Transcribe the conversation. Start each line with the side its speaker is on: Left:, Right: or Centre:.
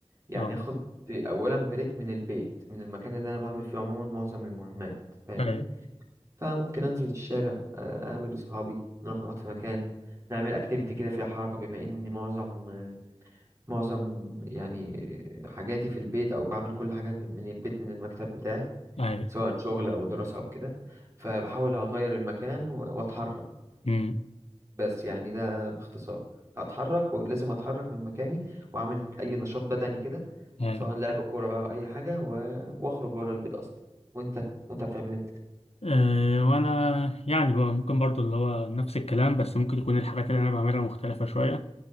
Right: يعني
Left: اه
Right: اخد اولا بريك من البيت من المكان اللي انا بعمل فيه عموما معظم المهمات فاهمني
Left: هاي
Right: فممكن انزل الشارع آه، اقابل اصحابي نروح نقعد في مكان نعمل اكتيفيتي كده فيها حركه بما اني معظم آه، معظم يعني حاجاتي في البيت او بعمل كل حاجه في- من البيت من المكتب بتاعي
Left: هاي
Right: سواء شغل او دراسه او كده فبحاول اغير المكان و- واتحرك
Left: امم
Right: بس يعني ده باختصار اتحرك ولازم اتحرك من مكاني واعمل اي نشاط بدني كده
Left: هاي
Right: سواء لعب كوره بقى او اي حاجه و... واخرج بره البيت اصلا وانت وانت بتعمل ايه
Left: أه وانا يعني بقى ممكن برضو اللي هو نفس الكلام بس ممكن يكون الحاجات اللي انا بعملها مختلفة شوية